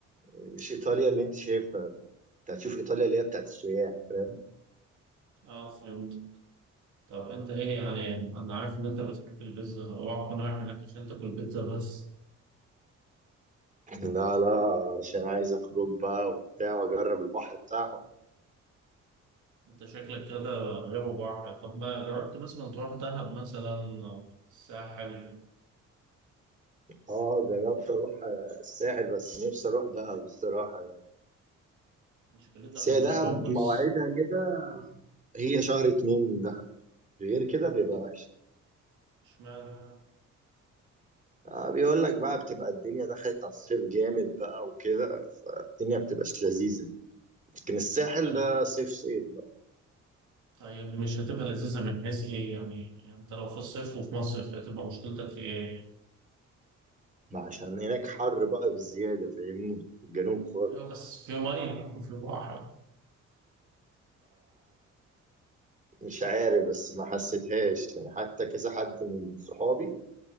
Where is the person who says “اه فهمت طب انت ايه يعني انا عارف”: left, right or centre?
Right